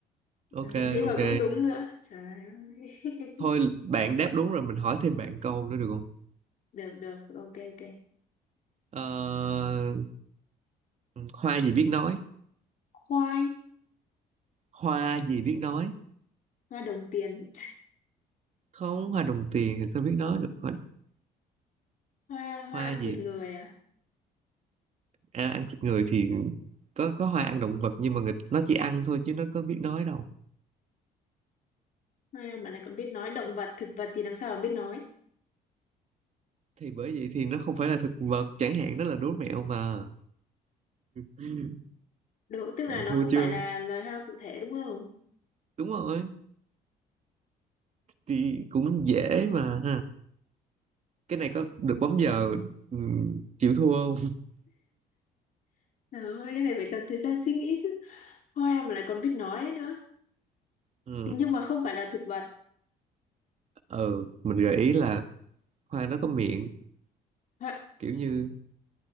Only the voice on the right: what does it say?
ok
ok
thôi bạn đáp đúng rồi mình hỏi thêm bạn câu nữa được không
ờ, hoa gì biết nói
hoa gì biết nói
không hoa đồng tiền thì sao biết nói được hoa,
hoa
gì
à, ăn thịt người thì có có hoa ăn động vật nhưng mà người, nó chỉ ăn thôi chứ nó có biết nói đâu
thì bởi vậy thì nó không phải là thực vật chẳng hạn đó là đố mẹo mà Ừ,
bạn
thua
chưa
đúng rồi thì cũng dễ mà cái này có được bấm giờ ừ, chịu thua không <laughs>
ừ,
ừ mình gợi ý là hoa nó có miệng
kiểu như